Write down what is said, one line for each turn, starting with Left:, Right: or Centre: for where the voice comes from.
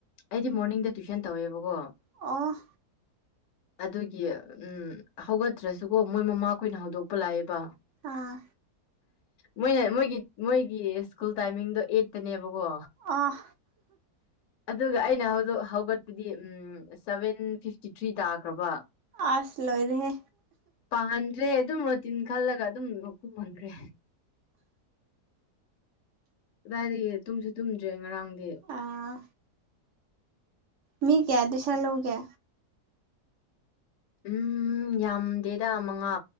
Left: ꯑꯩꯗꯤ ꯃꯣꯔꯅꯤꯡꯗ ꯇꯨꯏꯁꯟ ꯇꯧꯋꯦꯕꯀꯣ
Right: ꯑꯣ
Left: <inaudible> ꯑꯗꯨꯒꯤ ꯎꯝ ꯍꯧꯒꯠꯇ꯭ꯔꯁꯨꯀꯣ ꯃꯣꯏ ꯃꯃꯥꯈꯣꯏꯅ ꯍꯧꯗꯣꯛꯄ ꯂꯥꯛꯑꯦꯕ
Right: ꯑꯥ
Left: ꯃꯣꯏꯅ ꯃꯣꯏꯒꯤ ꯃꯣꯏꯒꯤ ꯁ꯭ꯀꯨꯜ ꯇꯥꯏꯃꯤꯡꯗꯣ ꯑꯩꯠꯇ ꯅꯦꯕꯀꯣ
Right: ꯑꯥ
Left: ꯑꯗꯨꯒ ꯑꯩꯅ ꯍꯧ ꯍꯧꯒꯠꯄꯗꯤ ꯎꯝ ꯁꯚꯦꯟ ꯐꯤꯐꯇꯤ ꯊ꯭ꯔꯤ ꯇꯥꯈ꯭ꯔꯕ
Right: ꯑꯁ ꯂꯣꯏꯔꯦꯍꯦ
Left: ꯄꯥꯍꯟꯗ꯭ꯔꯦ ꯑꯗꯨꯝ ꯔꯣꯇꯤꯟ ꯈꯜꯂꯒ ꯑꯗꯨꯝ ꯀꯨꯍꯟꯈ꯭ꯔꯦ ꯀꯗꯥꯏꯗꯒꯤ ꯇꯨꯝꯁꯨ ꯇꯨꯝꯗ꯭ꯔꯦ ꯉꯔꯥꯡꯗꯤ
Right: ꯑꯥ ꯃꯤ ꯀꯌꯥ ꯇꯨꯏꯁꯥꯟ ꯂꯧꯒꯦ
Left: ꯎꯝ ꯌꯥꯝꯗꯦꯗ ꯃꯉꯥ